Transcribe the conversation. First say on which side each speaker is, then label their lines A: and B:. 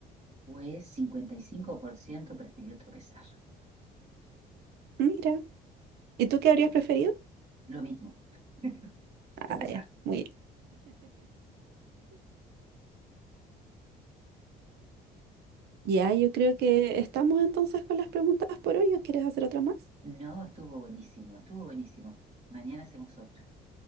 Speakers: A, on the right; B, on the right.
A: Pues 55% prefirió tropezar.
B: Mira, ¿y tú qué habrías preferido?
A: Lo mismo, <laughs> tropezar.
B: Ah, ya, muy bien. Ya, yo creo que estamos entonces con las preguntas por hoy. ¿O quieres hacer otra más?
A: No, estuvo buenísimo, estuvo buenísimo. Mañana hacemos otra.